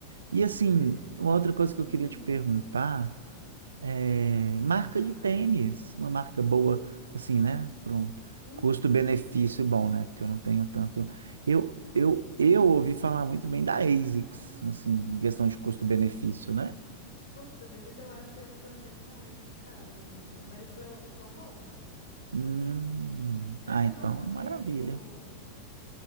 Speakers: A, on the right (about 70°); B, on the left (about 60°).
A: E assim,
B: Tem vezes.
A: uma outra coisa
B: Hum,
A: que eu queria te perguntar é marca de tênis, uma marca boa, assim, né? Para um
B: uhum,
A: custo-benefício bom, né? Porque eu não tenho tanto. Eu, eu,
B: hum.
A: eu ouvi falar muito bem da ASICS, assim, em questão de custo-benefício, né?
B: De custo-benefício, eu acho eles até mais caros, assim, mas eu- são bons.
A: Hum,
B: É
A: ah,
B: que
A: então,
B: eu não conheço.
A: maravilha.